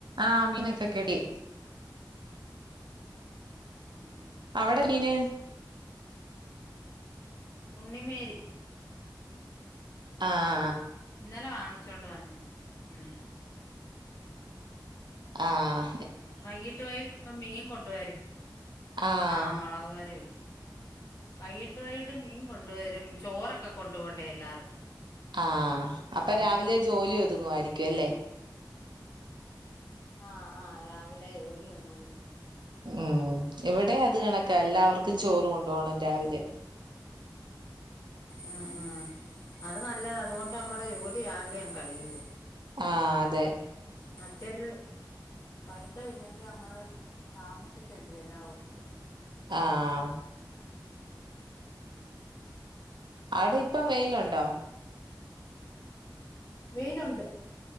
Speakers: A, on the right; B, on the left.
A: ആ ആമീനൊക്കെക്കെടി
B: ഉം
A: അവിടെ ങ്ങനെ
B: ഉണ്ണിമേരി
A: ആഹ
B: ഇന്നലെ വാങ്ങിച്ചൊണ്ട് വന്നേണ് ഉം
A: ആഹ
B: വൈകീട്ട് വൈകിട്ട് ഇപ്പ മീൻ കൊണ്ട് വരും
A: ആഹ്
B: ആഹ മുളക്കറി വെ വൈകീട്ട് വൈകട്ട് മീൻ കൊണ്ട വരും ചോറൊക്കെ കൊണ്ട് പോണ്ടേ എല്ലാർക്കും
A: ആഹ
B: അതുകൊണ്ട്
A: അപ്പ രാവിലെ ജോലി ഒതുങ്ങുവായിരിക്കും അല്ലേ
B: ആഹ ആഹ രാവിലെ ജോലി അങ്ങൊതു
A: ഉം ഇവിടെ അത് കണക്കാ എല്ലാവർക്കും ചോറ് കൊണ്ടോണം രാവിലെ
B: ഉം ഉം അത് ന്നല്ലതാ അതുകൊണ്ട് ന്നമ്മടെ ജോലി രാവിലെഅങ്ങ് കഴിയുവേ
A: ആ അതെ
B: മറ്റേത് പഠിത്തം ഇല്ലെങ്കി ന്നമ്മള് താമസിച്ചല്ലേ എല്ലാം ഒരുക്കുന്നേ
A: ആഹ
B: <unintelligible>
A: അവിടെ ഇപ്പം വെയ്ലുണ്ടോ
B: വെയ്ലുണ്ട്